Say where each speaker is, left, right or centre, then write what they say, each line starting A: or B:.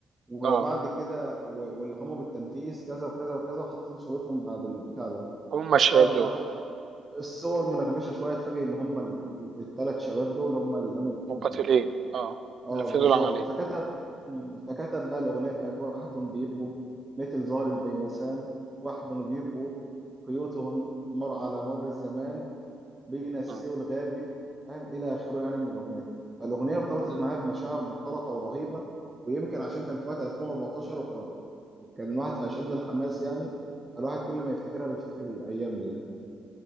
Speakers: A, on the right; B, on the right.
A: وبعد
B: اه
A: كده و- واللي قاموا بالتنفيذ كذا وكذا وكذا وحاطين صورتهم بعد البتاع ده
B: هم الشباب
A: فبقى
B: دول
A: ح- الصور منغبشه شويه اتفاجئ ان هم الثلاث شباب دول هم اللي قاموا بالتنفيذ
B: مقاتلين اه
A: اه
B: نفذوا
A: بالظبط
B: العمليه
A: فكتب مم، فكتب بقى الاغنيه بتاعت واحد بيبقوا مثل زهر البيلسان واحد بيبقوا قيوتهم مر على مر الزمان بين السوي
B: مم.
A: والغابي فاهم الى اخره يعني من الاغنيه فالاغنيه ارتبطت
B: مم.
A: معايا بمشاعر مختلطه ورهيبه ويمكن عشان كانت وقت 2014 وكان كان الواحد في اشد الحماس يعني فالواحد كل ما يفتكرها بيفتكر الايام دي يعني